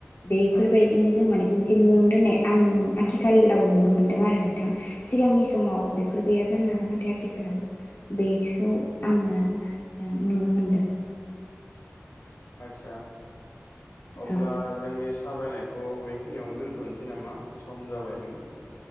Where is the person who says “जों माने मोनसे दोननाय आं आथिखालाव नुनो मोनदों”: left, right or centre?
Left